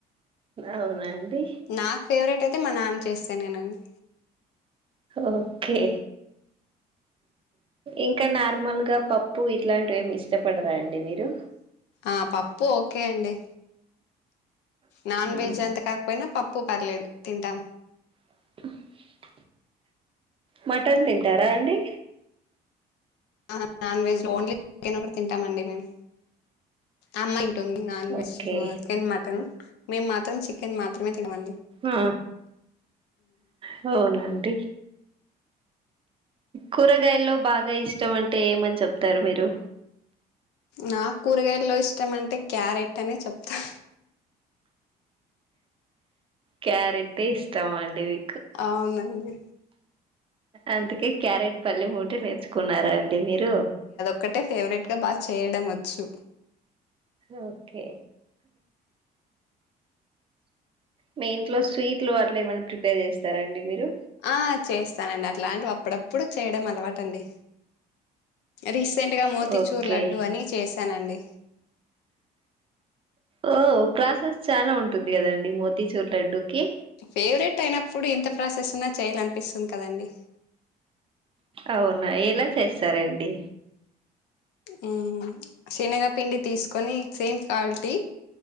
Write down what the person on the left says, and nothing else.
నాక్ ఫేవరెట్ అయితే మా నాన్న చేస్తేనేనండి
ఆ పప్పు ఓకే అండి నాన్
వెజ్ అంత కాకపోయినా పప్పు పర్లేదు తింటాం
ఆ నాన్ వెజ్ ఓన్లీ చికెన్ ఒకటి తింటామండి మేము అమ్మాయి అని non veg
chicken mutton మేము మాత్రం చికెన్ మాత్రమే తినవం
నాకు కూరగాయల్లో ఇష్టం అంటే క్యారెట్ అనే చెప్తా
అవునండి
ఒకటే ఫేవరెట్గా బాగా చేయడం వచ్చు
ఆ చేస్తానండి అట్లాంటివి అప్పుప్పుడు చేయడం అలవాటండి రిస్ ట్గా మూతిచూర్
లడ్డు అని చేశానండి
ఫేవరెట్ అయినప్పుడు ఎంత ప్రాసెస్ ఉన్నా చేయాలనీ అనిపిస్తుంది కదండి
ఉమ్ శనగపిండి తీసుకొని సేమ్ క్వాలిటీ